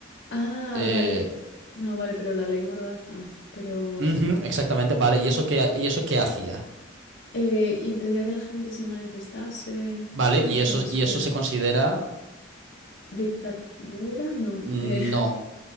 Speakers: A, on the left; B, on the right.
A: Ah,
B: eh,
A: vale. No, vale, pero la ley Mordaza. Pero
B: ujú,
A: espera.
B: exactamente, vale. ¿Y eso qué, y eso qué hacía?
A: Eh, ¿impedía que la gente se manifestase?
B: Vale,
A: o
B: y
A: no,
B: eso,
A: espera.
B: y eso se considera.
A: ¿Dictadura? No.
B: mm,
A: eh,
B: No,